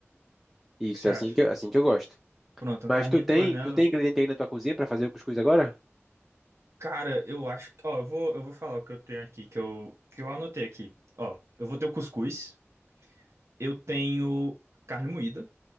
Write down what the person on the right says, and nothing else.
O
que que você
acha?
Pronto, uma
carninha
de panela.
Cara, eu acho que, ó, eu vou, eu vou falar o que eu tenho aqui, que eu, que eu anotei aqui. Ó, eu vou ter o cuscuz, eu tenho carne moída,